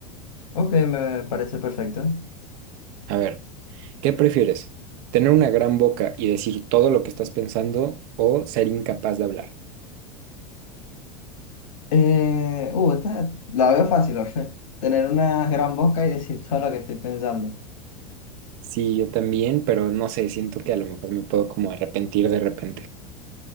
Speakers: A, on the left; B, on the right.
A: Ok, me parece perfecto.
B: A ver, ¿qué prefieres? ¿Tener una gran boca y decir todo lo que estás pensando o ser incapaz de hablar?
A: Eh, uh, esta la veo fácil, <laughs> ¿verdad? Tener una gran boca y decir todo lo que estoy pensando.
B: Sí, yo también, pero no sé, siento que a lo mejor me puedo como arrepentir de repente.